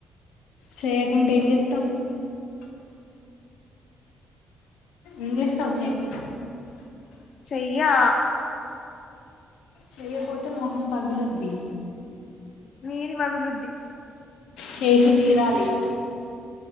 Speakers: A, on the left (about 85°); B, on the left (about 60°).
A: చేయకుంటే ఏం జెత్తవ్. ఏం చేస్తావు చేయకుండా
B: చెయ్యా
A: చేయపోతే మొహం పగులుద్ది.
B: నీది పగులుద్ది.
A: చేసి తీరరేయ్.